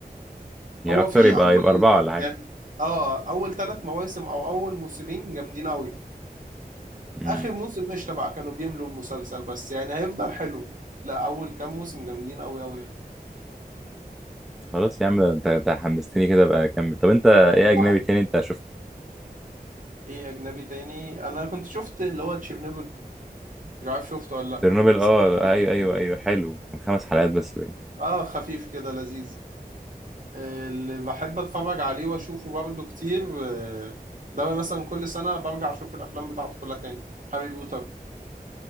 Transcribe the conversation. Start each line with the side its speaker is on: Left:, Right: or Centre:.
Centre: يعني
Right: هو
Centre: اكتر
Right: في
Centre: يبقى
Right: اول
Centre: يبقى اربعه ولا حاجه
Right: يعني اه اول ثلاث مواسم او اول موسمين جامدين قوي
Centre: امم
Right: اخر موسم مش تبع كانوا بيملوا المسلسل بس يعني هيفضل حلو لا اول كام موسم جامدين قوي قوي يعني.
Centre: خلاص يا عم ده انت انت حمستني كده بقى اكمل طب انت ايه
Right: أو
Centre: اجنبي
Right: عارف
Centre: تاني انت شفته
Right: ايه اجنبي تاني انا كنت شفت اللي هو تشيرنوبل مش عارف شفته ولا لا
Centre: تشيرنوبل
Right: بس
Centre: اه
Right: حلقة
Centre: ايوه ايوه
Right: كده.
Centre: ايوه حلو كان خمس حلقات بس باين
Right: اه خفيف كده لذيذ آه، اللي بحب اتفرج عليه واشوفه برضه كتير آه، ده مثلا كل سنة برجع اشوف الافلام بتاعته كلها تاني هاري بوتر